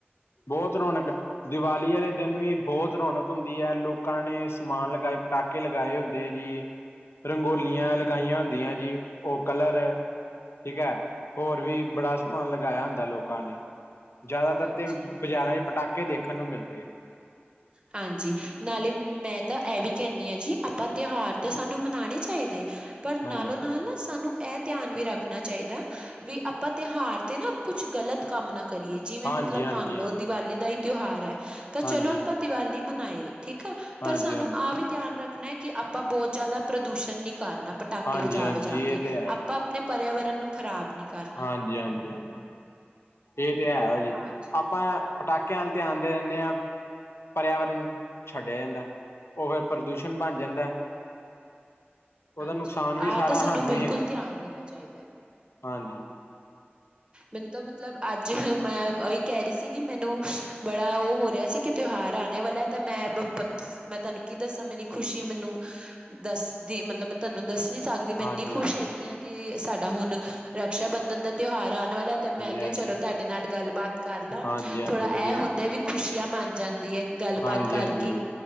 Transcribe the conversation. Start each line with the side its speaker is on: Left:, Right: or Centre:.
Left: ਬਹੁਤ ਰੌਣਕ ਦੀਵਾਲੀ ਵਾਲੇ ਦਿਨ ਵੀ, ਬਹੁਤ ਰੌਣਕ ਹੁੰਦੀ ਹੈ, ਲੋਕਾਂ ਨੇ ਸਮਾਨ ਲਗਾਏ ਪਟਾਕੇ ਲਗਾਏ ਹੁੰਦੇ ਐ ਜੀ, ਰੰਗੋਲੀਆਂ
Right: ਹਾਂਜੀ।
Left: ਲਗਾਈਆਂ ਹੁੰਦੀਆਂ ਜੀ। ਉਹ ਕਲਰ, ਠੀਕ ਹੈ? ਹੋਰ ਵੀ ਬੜਾ ਸਮਾਨ ਲਗਾਇਆ ਹੁੰਦਾ ਲੋਕਾਂ ਨੇ। ਜ਼ਿਆਦਾਤਰ
Right: ਹਾਂਜੀ।
Left: ਤੇ, ਬਾਜ਼ਾਰਾਂ ਚ ਪਟਾਕੇ ਦੇਖਣ ਨੂੰ ਮਿਲਦੇ ਹੈ।
Right: ਹਾਂਜੀ, ਨਾਲੇ ਮੈਂ ਤਾਂ ਇਹ ਵੀ ਕਹਿੰਨੀ ਆ ਜੀ, ਆਪਾਂ ਤਿਉਹਾਰ ਤੇ ਸਾਨੂੰ ਮਨਾਉਣੇ ਚਾਹੀਦੇ, ਪਰ ਨਾਲੋਂ
Left: ਹਾਂਜੀ
Right: ਨਾਲ ਨਾ ਸਾਨੂੰ। ਇਹ ਧਿਆਨ ਵੀ ਰੱਖਣਾ ਚਾਹੀਦਾ, ਵੀ ਆਪਾਂ ਤਿਉਹਾਰ ਤੇ ਨਾ ਕੁਛ ਗਲਤ ਕੰਮ ਨਾ ਕਰੀਏ, ਜਿਵੇਂ
Left: ਹਾਂਜੀ
Right: ਮਤਲਬ,
Left: ਹਾਂਜੀ
Right: ਮੰਨ ਲਓ ਦੀਵਾਲੀ ਦਾ ਹੀ ਤਿਉਹਾਰ ਹੈ ਤਾਂ
Left: ਹਾਂਜੀ
Right: ਚਲੋ ਦੀਵਾਲੀ ਮਨਾਈ ਠੀਕ ਆ,
Left: ਹਾਂਜੀ
Right: ਪਰ ਸਾਨੂੰ ਆਹ ਵੀ ਧਿਆਨ ਰੱਖਣਾ ਕਿ ਆਪਾਂ ਬਹੁਤ ਜ਼ਿਆਦਾ ਪ੍ਰਦੂਸ਼ਣ ਨੀ ਕਰਨਾ, ਪਟਾਕੇ
Left: ਹਾਂਜੀ
Right: ਵਜਾ-
Left: ਹਾਂਜੀ ਹਾਂਜੀ
Right: ਵਜਾ
Left: ਇਹ
Right: ਕੇ,
Left: ਤੇ ਹੈ
Right: ਆਪਾਂ
Left: ਜੀ
Right: ਆਪਣੇ ਪਰਿਆਵਰਨ ਨੂੰ ਖਰਾਬ ਨੀ ਕਰਨਾ
Left: ਹਾਂਜੀ -ਹਾਂਜੀ, ਹਾਂਜੀ ਇਹ ਤੇ
Right: ਹਨਾ,
Left: ਹੈ ਜੀ, ਆ
Right: ਆਜ
Left: ਆਪਾਂ, ਪਟਾਕਿਆਂ ਵਲ ਧਿਆਨ ਦੇ ਦਿੰਦੇ ਹਾਂ, ਪਰਿਆਵਰਨ ਛੱਡਿਆ ਜਾਂਦਾ। ਉਹ ਫਿਰ, ਪ੍ਰਦੂਸ਼ਣ ਬਣ ਜਾਂਦਾ।
Right: ਹਾਂਜੀ-ਹਾਂਜੀ
Left: ਉਹਦਾ, ਨੁਕਸਾਨ ਵੀ
Right: ਆਹ
Left: ਸਾਰਾ
Right: ਤਾਂ
Left: ਸਾਨੂੰ
Right: ਬਿਲਕੁਲ
Left: ਹੀ ਹੈਗਾ,
Right: ਧਿਆਨ ਦੇਣਾ ਚਾਹੀਦਾ। ਹੈ।
Left: ਹਾਂਜੀ
Right: ਮੈਨੂੰ ਤਾਂ ਮਤਲਬ, ਅੱਜ ਮੈਂ ਉਹੀ ਕਹਿ ਰਹੀ ਸੀ ਗੀ, ਮੈਨੂੰ ਬੜਾ ਉਹ ਹੋ ਰਿਹਾ ਸੀ ਕਿ ਤਿਉਹਾਰ ਆਣੇ ਵਾਲਾ ਹੈ, ਤਾਂ ਮੈਂ, ਮੈਂ ਤੁਹਾਨੂੰ ਕੀ ਦੱਸਾਂ ਮੇਰੀ ਖੁਸ਼ੀ ਮੈਨੂੰ ਦੱਸ ਦੀ ਮਤਲਬ ਤੁਹਾਨੂੰ, ਦੱਸ ਨੀ ਸਕਦੀ,
Left: ਹਾਂਜੀ
Right: ਮੈਂ ਇੰਨੀ
Left: ਹਾਂਜੀ
Right: ਖੁਸ਼ ਹੈਗੀ
Left: ਹਾਂਜੀ
Right: ਹਾਂ, ਕਿ ਸਾਡਾ ਹੁਣ ਰਕਸ਼ਾ ਬੰਧਨ ਦਾ ਤਿਉਹਾਰ ਆਉਣ ਵਾਲਾ ਤੇ ਮੈਂ ਕਿਹਾ,
Left: ਹਾਂਜੀ
Right: ਚਲੋ ਤੁਹਾਡੇ ਨਾਲ ਗੱਲਬਾਤ ਕਰ ਲਾਂ,
Left: ਹਾਂਜੀ ਹਾਂਜੀ
Right: ਥੋੜਾ
Left: ਵਧੀਆ
Right: ਇਹ ਹੁੰਦਾ
Left: ਜੀ।
Right: ਵੀ ਖੁਸ਼ੀਆਂ ਮੰਨ ਜਾਂਦੀ ਹੈ। ਗੱਲਬਾਤ
Left: ਹਾਂਜੀ-
Right: ਕਰਕੇ
Left: ਹਾਂਜੀ,